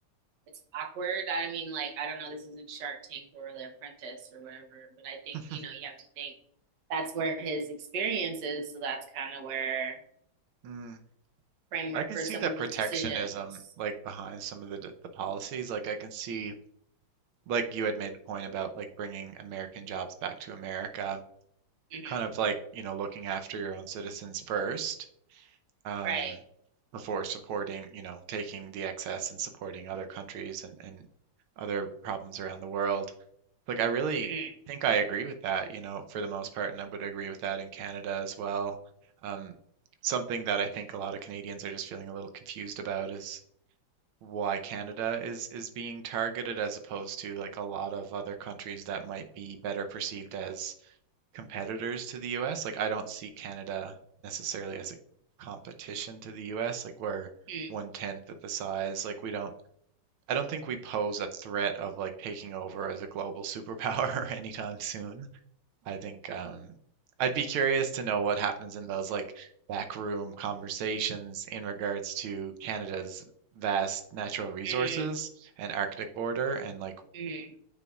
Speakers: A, on the right; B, on the right.
A: it's awkward. I mean, like, I don't know, this isn't Shark Tank or The Apprentice or whatever, but I think,
B: <laughs>
A: you know, you have to think that's where his experience is. So that's kind of where
B: Mm.
A: framework
B: I can
A: for
B: see
A: some
B: the
A: of
B: protectionism
A: his decisions.
B: like behind some of the d- the policies. Like I can see, like you had made the point about like bringing American jobs back to America.
A: Mm-hmm.
B: kind of like, you know, looking after your own citizens first, um,
A: Right.
B: before supporting, you know, taking the excess and supporting other countries and, and other problems around the world. Like, I really
A: Mm-hmm.
B: think I agree with that, you know, for the most part, and I would agree with that in Canada as well. Um, something that I think a lot of Canadians are just feeling a little confused about is why Canada is is being targeted as opposed to like a lot of other countries that might be better perceived as competitors to the US. Like I don't see Canada necessarily as a competition to the US. Like we're
A: Mm-hmm.
B: one tenth of the size. Like we don't I don't think we pose a threat of like taking over as a global superpower <laughs> anytime soon. I think um I'd be curious to know what happens in those like backroom conversations in regards to Canada's vast natural resources
A: Mm-hmm.
B: and Arctic border and like
A: Mm-hmm.